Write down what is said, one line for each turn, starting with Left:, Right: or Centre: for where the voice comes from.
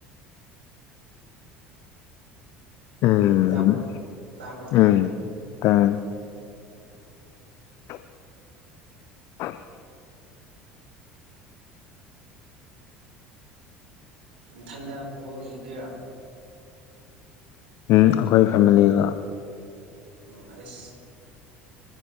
Left: ꯎꯝ
Right: ꯇꯥꯕ꯭ꯔꯣ ꯇꯥꯕ꯭ꯔꯣ
Left: ꯎꯝ <unintelligible> <inaudible>
Right: ꯅꯊꯟꯗ ꯕꯣꯜ ꯌꯦꯡꯗꯣꯏꯔꯣ
Left: ꯎꯝ ꯑꯩꯈꯣꯏ ꯐꯦꯃꯤꯂꯤꯒ
Right: ꯎꯝ ꯑꯩꯁ